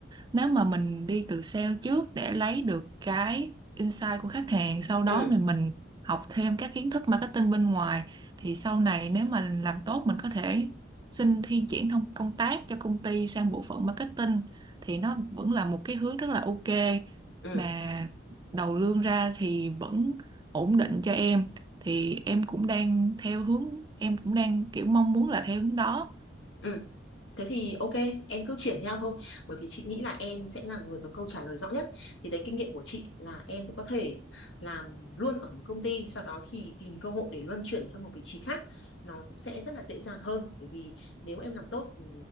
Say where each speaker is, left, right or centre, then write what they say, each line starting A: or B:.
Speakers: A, on the right; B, on the left.
A: nếu mà mình đi từ sale trước để lấy được cái insight của khách hàng sau
B: ừ
A: đó thì mình học thêm các kiến thức marketing bên ngoài thì sau này nếu mà làm tốt mình có thể xin thi chuyển thông công tác cho công ty sang bộ phận marketing thì nó vẫn là một cái hướng rất là ok
B: ừ
A: mà đầu lương ra thì vẫn ổn định cho em thì em cũng đang theo hướng em cũng đang kiểu mong muốn là theo hướng đó
B: ừ Thế thì ok, em cứ triển theo thôi, bởi vì chị nghĩ là em sẽ là người có câu trả lời rõ nhất. Thì đấy kinh nghiệm của chị là em cũng có thể làm luôn ở một công ty, sau đó thì tìm cơ hội để luân chuyển sang một vị trí khác. Nó cũng sẽ rất là dễ dàng hơn, bởi vì nếu em làm tốt thì